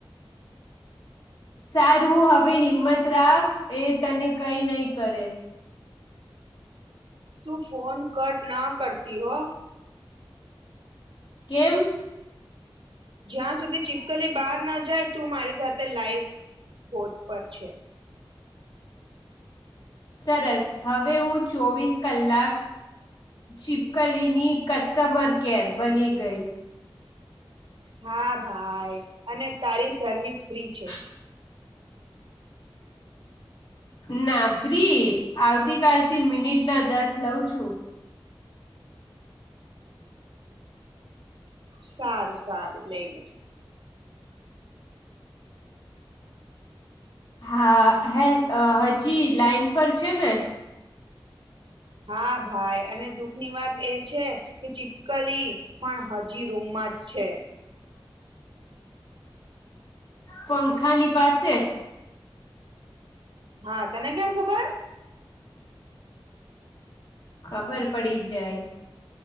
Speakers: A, on the left; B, on the right.
A: સારું હવે હિંમત રાખ એ તને કઈ નઈ કરે
B: તું ફોન કટ ના કરતી હ
A: <inaudible> કેમ
B: જ્યાં સુધી ચીપકલી બહાર ન જાય તું મારી સાથે લાઈવ સ્પોટ પર છે.
A: સરસ હવે હું ચોવીસ કલાક ચીપકલીની કસ્ટમરકેર બની ગઈ.
B: હા ભાઈ અને તારી સર્વિસ ફ્રી છે.
A: <inaudible> ના ફ્રી આવતી કાલથી મિનિટના દસ લઉં છું.
B: સારું સારું લઈ લેજો.
A: હા હેલ હજી લાાઈન પર છે ને
B: હા ભાઈ અને દુઃખની વાત એ છે કે ચીપકલી પણ હજી રૂમમાં જ છે.
A: <inaudible> પંખાની પાસે
B: હા તને કેમ ખબર
A: ખબર પડી જાય,